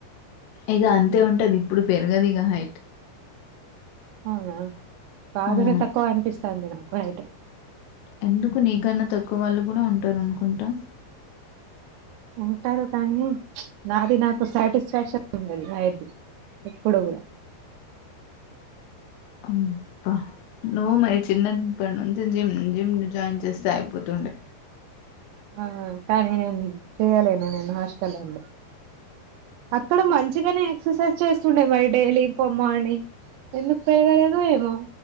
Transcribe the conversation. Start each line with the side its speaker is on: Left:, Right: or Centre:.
Left: ఇక అంతే ఉంటది ఇప్పుడు పెరగదు ఇక హైట్
Right: అవునా బాగానే
Left: అవును
Right: తక్కువ అనిపిస్తంది నాకు హైట్
Left: ఎందుకు నీకన్నా తక్కువ వాళ్ళు కూడా ఉంటారు అనుకుంటా
Right: ఉంటారు కానీ నాది నాకు సాటిస్ఫాక్షన్ ఉండదు హైట్ ఎప్పుడు కూడా
Left: అబ్బా నువ్వు మరి చిన్నప్పటి నుంచి జిమ్ జిమ్ జాయిన్ చేస్తే అయిపోతుండే
Right: ఆహా కానీ నేను చెయలేను నేను హాస్టల్లో ఉండే అక్కడ మంచిగానే ఎక్సర్సైజ్ చేస్తుండే మరి డైలీ ఇంక మార్నింగ్ ఎందుకు పెరగలేదో ఏమో